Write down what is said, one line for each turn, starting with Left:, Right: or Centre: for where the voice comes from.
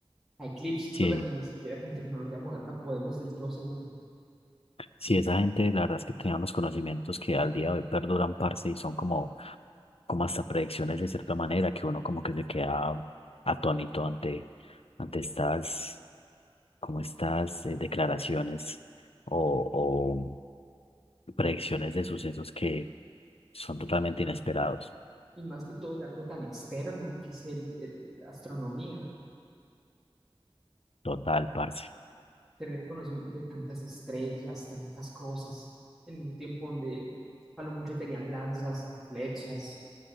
Centre: a eclipses,
Left: sí,
Centre: cosa que ni siquiera con tecnología moderna podemos del todo seguro.
Left: sí, esa gente, la verdad es que tenía unos conocimientos que al día de hoy perduran, parce, y son como, como hasta predicciones de cierta manera, que uno como que se queda atónito ante, ante estas, como estas eh, declaraciones o, o predicciones de sucesos que son totalmente inesperados.
Centre: Y más que todo de algo tan externo que es el, el- la astronomía.
Left: Total, parce.
Centre: tener conocimiento de tantas estrellas, tantas cosas, en un tiempo donde a lo mucho tenían lanzas, flechas.